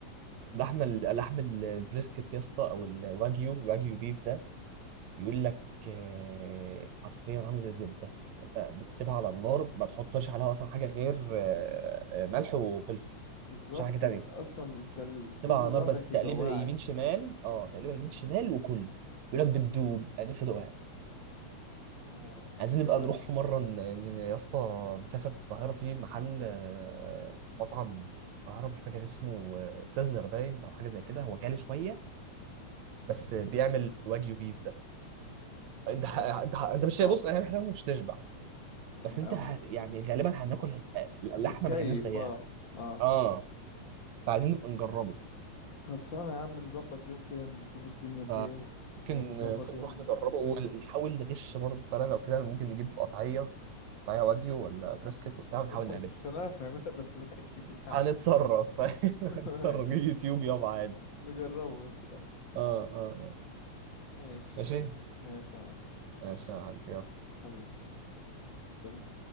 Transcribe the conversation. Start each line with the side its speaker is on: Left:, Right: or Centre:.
Right: اللحمه اللحم البريسكت يا اسطى او الواجيو الواجيو بيف ده بيقول لك آه، حرفيا عامله زي الزبده انت بتسيبها على النار ما بتحطش عليها اصلا حاجه غير آه، آه، ملح وفلفل
Left: بالظبط
Right: مش حاجه تانية
Left: ال... أصلا انت الفيديو
Right: تسيبها على النار
Left: لوحدك
Right: بس تقليبها
Left: يجوعك
Right: يمين شمال اه تقليبها يمين شمال وكل بيقول لك بتدوب انا نفسي ادوقها
Left: اه
Right: عايزين
Left: مجوعني
Right: نبقى نروح في مره ن- ن- يا اسطى نسافر في القاهره في محل آه، مطعم في القاهره مش فاكر اسمه آه، سازلر باين او حاجه زي كده هو غالي شويه بس بيعمل واجيو بيف ده انت ح-
Left: طب
Right: انت ح- انت مش بص
Left: اه
Right: يعني احنا مش تشبع
Left: م-
Right: بس انت هت... يعني غالبا هناكل
Left: م- اتكيف
Right: اللحمه ما كلناش زيها
Left: اه اه
Right: اه فعايزين نبقى نجربه
Left: خلصانة يا عم نظبط يوم كده نشوف الدنيا في
Right: فممكن
Left: ايه ونظبط
Right: ممكن
Left: يوم
Right: نروح نجربه ونحاول نغش برضه الطريقه لو كده ممكن نجيب قطعيه قطعيه واجيو ولا بريسكت وبتاع ونحاول
Left: <laughs>
Right: نعملها
Left: مش هنعرف نعملها بس ماشي نحاول
Right: هنتصرف <laughs>
Left: <laughs>
Right: هنتصرف
Left: ماشي
Right: يوتيوب يابا عادي
Left: نجربه بس الأول
Right: اه اه آه.
Left: ماشي
Right: ماشي
Left: ماشي يا معلم
Right: ماشي يا حاج يلا
Left: حبيبي سلام